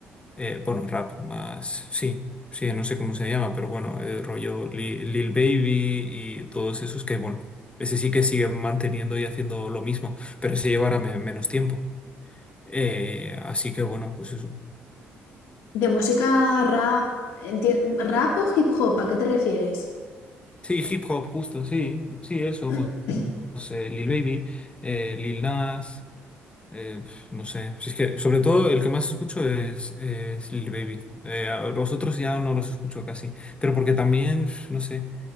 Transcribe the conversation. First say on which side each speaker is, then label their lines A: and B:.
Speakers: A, on the left; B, on the left.
A: eh, bueno, rap más, sí, sí, no sé cómo se llama, pero bueno, el rollo Li- Lil Baby y todos esos que, bueno, ese sí que siguen manteniendo y haciendo lo mismo, pero ese llevará me- menos tiempo. Eh, así que bueno, pues eso.
B: De música rap, enti- rap o hip hop, ¿a qué te refieres?
A: Sí, hip hop, justo, sí, sí, eso,
B: <clears throat>
A: pues, pues, eh, Lil Baby, eh, Lil Nas, eh, pf, no sé, si es que sobre todo el que más escucho es, es Lil Baby. Eh, a los otros ya no los escucho casi, pero porque también, pf, no sé.